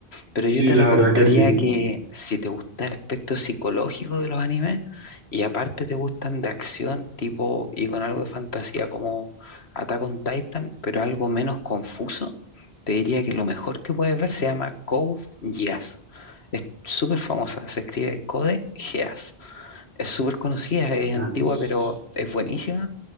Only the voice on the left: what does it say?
Pero
yo te
recomendaría
que si te gusta el aspecto psicológico de los animes y aparte te gustan de acción tipo y con algo de fantasía como Attack on Titan, pero algo menos confuso, te diría que lo mejor que puedes ver se llama Code Geass. Es súper famosa, se escribe Code Geass. Es súper conocida, es
antigua, pero es buenísima.